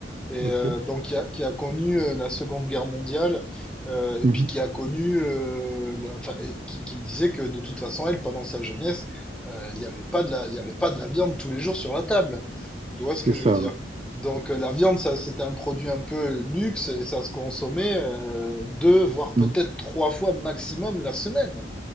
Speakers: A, in the centre; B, on the right.
A: et
B: Ok.
A: euh, donc qui a, qui a connu euh, la Seconde Guerre mondiale, euh, et
B: Mhm.
A: puis qui a connu, euh, la- enfin, et qui, qui me disait que de toute façon, elle, pendant sa jeunesse, euh, il n'y avait pas de la, il y avait pas de la viande tous les jours sur la table. Tu vois ce
B: C'est
A: que
B: ça.
A: je veux dire?
B: ouais.
A: Donc euh, la viande, ça, c'était un produit un peu luxe et ça se consommait euh, deux, voire peut-être
B: Mhm.
A: trois fois maximum la semaine.